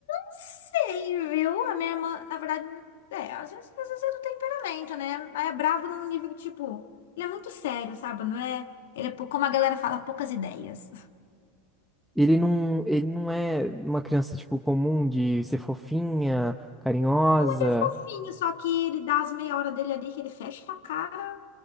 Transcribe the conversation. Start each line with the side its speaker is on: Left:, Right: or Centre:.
Left: sei, viu? A minha irmã, na verdade, é, às vezes, às vezes é do temperamento, né? Mas É bravo num nível que, tipo, ele é muito sério, sabe? Não é? Ele é, pou- como a galera fala, poucas ideias.
Centre: Ele não, ele não é uma criança, tipo, comum de ser fofinha, carinhosa.
Left: Ele é fofinho, só que ele dá as meia hora dele ali que ele fecha a cara,